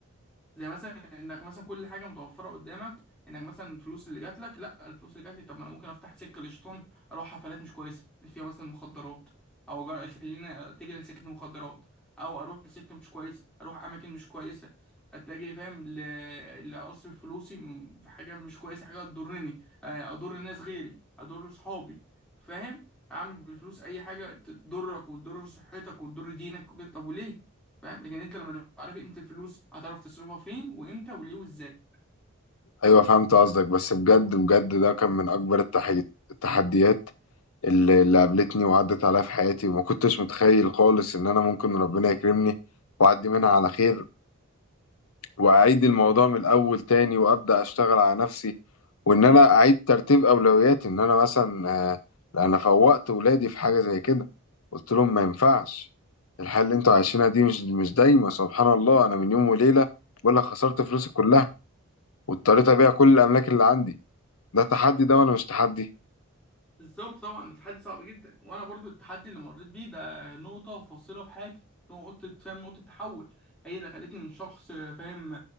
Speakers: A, in the centre; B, on the left.
A: زي مثلا انك مثلا كل حاجه متوفره قدامك انك مثلا الفلوس اللي جات لك لا الفلوس اللي جات لي طب ما انا ممكن افتح سكه للشيطان اروح حفلات مش كويسه اللي فيها مثلا مخدرات او أجر- خليني اتجه لسكه المخدرات او اروح لسكه مش كويسه اروح اماكن مش كويسه اتجه فاهم ل- لاصرف فلوسي م- في حاجه مش كويسه حاجه تضرني آه، اضر الناس غيري اضر صحابي فاهم اعمل بالفلوس اي حاجه تضرك وتضر صحتك وتضر دينك وكده طب وليه فاهم لكن انت لما تبقى عارف قيمه الفلوس هتعرف تصرفها فين وامتى وليه وازاي
B: ايوه فهمت قصدك بس بجد بجد ده كان من اكبر التحي- التحديات اللي اللي قابلتني وعدت عليا في حياتي وما كنتش متخيل خالص ان انا ممكن ربنا يكرمني واعدي منها على خير واعيد الموضوع من الاول تاني وابدا اشتغل على نفسي وان انا اعيد ترتيب اولوياتي ان انا مثلا آه، انا فوقت ولادي في حاجه زي كده قلت لهم ما ينفعش الحياه اللي انتوا عايشينها دي مش مش دايما سبحان الله انا من يوم وليله بقول لك خسرت فلوسي كلها واضطريت ابيع كل الاملاك اللي عندي ده تحدي ده ولا مش تحدي
A: بالظبط طبعا ده تحدي صعب جدا وانا برضو التحدي اللي مريت بيه ده نقطه فاصله في حياتي نقطه فاهم نقطه تحول هي اللي خلتني من شخص فاهم